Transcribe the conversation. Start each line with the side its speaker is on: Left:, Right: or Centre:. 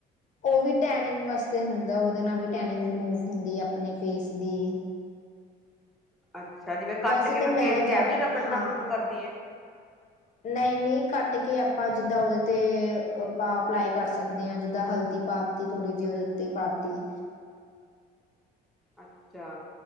Left: ਉਹ ਵੀ ਟੈਨਿੰਗ ਵਾਸਤੇ ਹੁੰਦਾ ਉਹਦੇ ਨਾਲ ਵੀ ਟੈਨਿੰਗ ਰਿਮੂਵ ਹੁੰਦੀ ਆਪਣੇ ਫੇਸ ਦੀ
Centre: ਅੱਛਾ ਜਿਵੇਂ ਕੱਟ
Left: ਵੈਸੇ
Centre: ਕੇ
Left: ਤਾਂ
Centre: ਫਿਰ
Left: ਮੈਂ
Centre: ਫੇਸ ਤੇ
Left: ਜ਼ਿਆਦਾ
Centre: ਐਵੇਂ ਰਗੜਨਾ
Left: ਹਾਂ
Centre: ਸ਼ੁਰੂ ਕਰਦੀ ਏ
Left: ਨਹੀਂ ਨਹੀਂ ਕੱਟ ਕੇ ਆਪਾਂ ਜਿੱਦਾਂ ਉਹਦੇ ਤੇ ਆਪਾਂ ਅਪਲਾਈ ਕਰ ਸਕਦੇ ਹਾਂ ਜਿੱਦਾਂ ਹਲਦੀ ਪਾਤੀ ਥੋੜ੍ਹੀ ਜਿਹੀ ਤੇ ਪਾਤੀ
Centre: ਅੱਛਾ